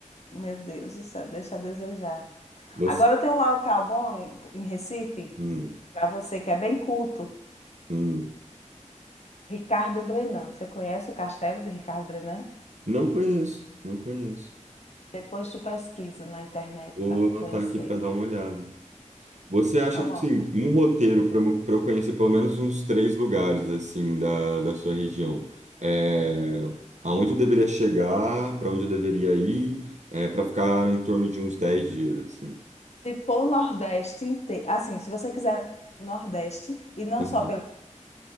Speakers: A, on the left (about 60°); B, on the right (about 65°).
A: meu Deus do céu, deixa a desejar.
B: você...
A: Agora tem um local bom em, em Recife,
B: hum,
A: para você que é bem culto,
B: hum.
A: Ricardo Brennand Você conhece o castelo de Ricardo Brennand
B: Não conheço, não conheço.
A: Depois tu pesquisa na internet
B: Vou
A: para tu
B: anotar
A: conhecer.
B: aqui para dar uma olhada. Você acha
A: Coloca.
B: que, sim, um roteiro para eu conhecer pelo menos uns três lugares, assim, da, da sua região? É, aonde eu deveria chegar, para onde eu deveria ir, para ficar em torno de uns dez dias, assim.
A: Se for o Nordeste inteiro, assim, se você quiser o Nordeste, e não
B: Uhum,
A: só pelo